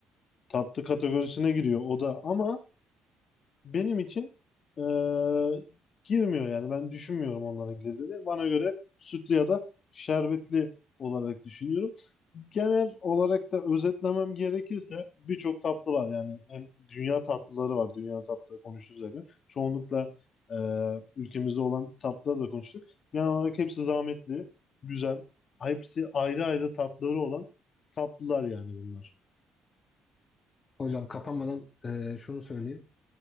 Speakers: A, on the left (about 55°); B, on the left (about 35°).
A: tatlı kategorisine giriyor o da ama benim için eee, girmiyor yani. Ben düşünmüyorum onların girdiğini. Bana göre sütlü ya da şerbetli olarak düşünüyorum. Genel olarak da özetlemem gerekirse birçok tatlı var yani hem dünya tatlıları var. Dünya tatlıları konuştuk zaten. Çoğunlukla eee, ülkemizde olan tatlıları da konuştuk. Genel olarak hepsi zahmetli, güzel. Hepsi ayrı ayrı tatları olan tatlılar yani bunlar.
B: Hocam kapanmadan e, şunu söyleyeyim.